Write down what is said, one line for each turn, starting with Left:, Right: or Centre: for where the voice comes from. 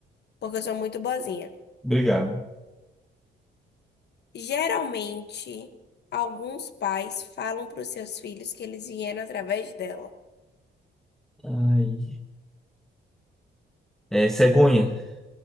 Left: porque eu sou muito boazinha.
Centre: Obrigado.
Left: Geralmente, alguns pais falam para os seus filhos que eles vieram através dela.
Centre: Ai. É cegonha. <laughs>